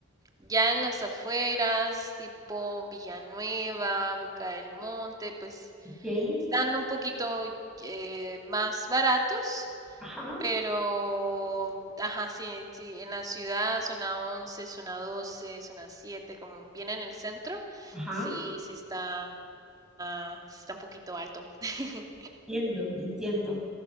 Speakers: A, on the right (about 20°); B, in the centre.
A: ya en las afueras, tipo Villanueva, Boca del Monte, pues
B: Ok,
A: están un poquito eh, más baratos.
B: Ajá,
A: Pero, ajá, sí, sí, en la ciudad zona 11, zona 12, zona 7 como viene en el centro,
B: ajá.
A: sí, sí está, ah, sí está un poquito alto. <laughs>
B: Entiendo, entiendo.